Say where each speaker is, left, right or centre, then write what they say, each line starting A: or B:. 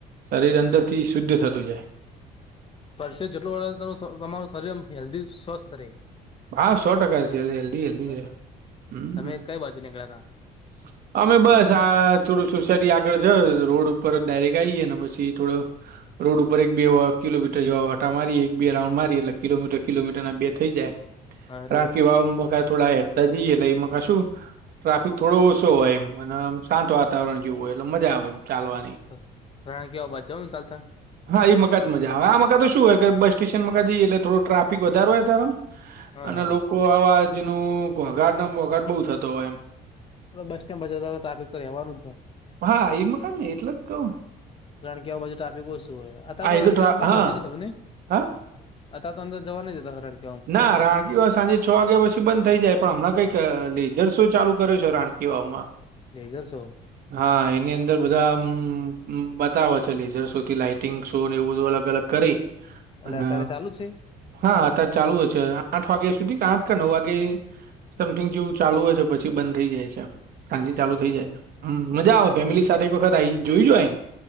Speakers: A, on the right; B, on the left.
A: શરીર અંદરથી શુદ્ધ થતું જાય.
B: પરસેવો જેટલો વળે એટલું તમારું શરીર આમ હેલ્ધી સ્વસ્થ રહે.
A: હા સો ટકા છે એટલે હેલ્ધી હેલ્ધી
B: હાજ
A: છે
B: ને.
A: હમ
B: તમે કઈ બાજુ નીકળ્યા તા?
A: <inaudible> અમે બસ આ થોડું સોસાયટી આગળ જઈ રોડ ઉપર ડાયરેક્ટ આવીએ ને પછી થોડો રોડ ઉપર એક બે કિલોમીટર જેવા ઓટા મારીએ એક બે રાઉન્ડ મારી એટલે કિલોમીટર કિલોમીટર ના બે થઈ જાય.
B: હા એટલે
A: રાણકી વાવમાં કાય થોડા હેડતા જઈએ એટલે એમાં કશું થોડો ઓછો હોય એમ અનેમ શાંત વાતાવરણ જેવું હોય એટલે મજા આવે એમ ચાલવાની.
B: હહ રાણકીવાવ બચાવ ને ચાલતા
A: હા એ મકાજ મજા આવે આ મકા તો શું હોય કે બસ સ્ટેશન મકા જઈએ એટલે થોડો ટ્રાફિક વધારે હોય ત્યારે આમ
B: હા
A: અને
B: હા
A: લોકો આવાજનું ઘોંઘાટને બોઘાટ બહુ થતો હોય એમ.
B: હવે બસ સ્ટેન્ડ બાજુ ટ્રાફિક તો રહેવાનું જ ને.
A: હા એ મકાન ને એટલે જ કહું
B: રાણકીવાવ બાજુ ટ્રાફિક ઓછું હોય અતાર
A: હા
B: તો
A: એ
B: રાણકી
A: ટ્રા
B: વાવ બંધ
A: હા
B: હશે લગભગ નહીં?
A: હા
B: અતાર તો અંદર જવા નહિ દેતા રાણક
A: ના રાણકીવાવ સાંજે છ વાગ્યા પછી બંધ થઈ જાય પણ હમણાં કંઈક લેઝર સો ચાલુ કર્યો છે રાણકી વાવમાં.
B: Laser show?
A: હા એની અંદર બધા આમ બતાવે છે લેઝર શો થી લાઈટ ટિંગ શો ને એવું બધું અલગ અલગ કરી
B: એટલે
A: અને
B: અત્યારે ચાલુ છે
A: હા અત્યારે ચાલુ હોય છે. આઠ વાગ્યા સુધી કે આઠ કે નવ વાગે સમથિંગ જેવું ચાલુ હોય છે પછી બંધ થઈ જાય છે એમ. સાંજે ચાલુ
B: એવું
A: થઇ જાય છે. હમ મજા આવે ફેમિલી
B: તમે
A: સાથે એક વખત આઈ જોઈ જાવ આઈ